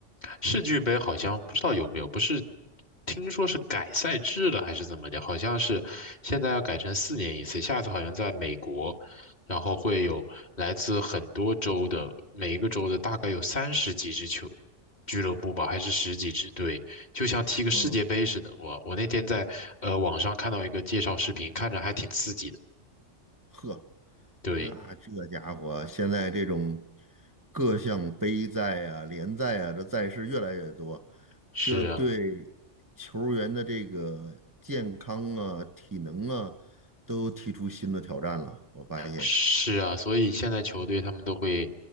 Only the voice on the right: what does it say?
嗯，
呵。
那这家伙现在这种各项杯赛啊、联赛啊，这赛事越来越多，
这对球员的这个健康啊、体能啊，都提出新的挑战了。我发现，